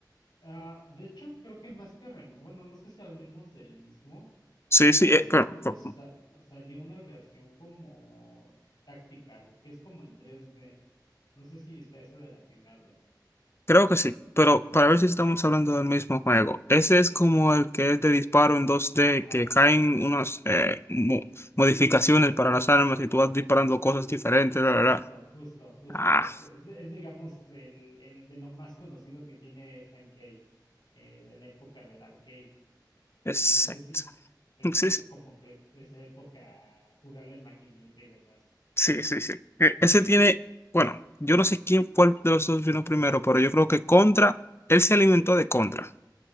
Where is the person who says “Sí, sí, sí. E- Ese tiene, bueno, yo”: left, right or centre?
Left